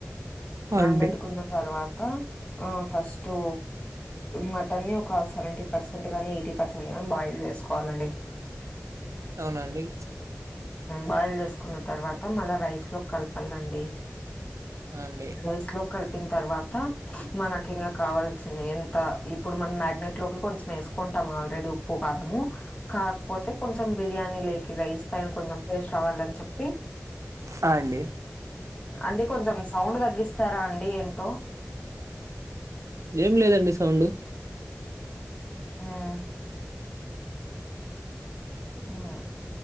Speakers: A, on the right; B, on the left.
A: ఆ!
B: నానబెట్టుకున్న
A: అండి.
B: తర్వాత ఫస్టు మటన్ని ఒక సెవెంటీ పర్సెంట్ కానీ ఎయిటీ పర్సెంట్ కాని బాయిల్ చేసుకోవాలండి.
A: అవునండి
B: బాయిల్ చేసుకున్న తర్వాత మళ్ళా రైస్ లో కి కలపాలండి.
A: ఆ అండి
B: రైస్ లో కి కలిపిన తర్వాత మనకి ఇంగ కావాల్సిన ఎంత ఇప్పుడు మన మ్యారినేట్ లో కొంచం వేసి కుంటాము ఆల్రెడీ ఉప్పు కారము కాకపోతే కొంచెం బిర్యానీ లేకి రైస్ పైన కొంచెం టేస్ట్ రావ్వాలని చెప్పి
A: అ అండి
B: అంటే కొంచెం సౌండ్ తగ్గిస్తారా అండి ఏంటో
A: ఏం లేదండి సౌండ్
B: మ్ మ్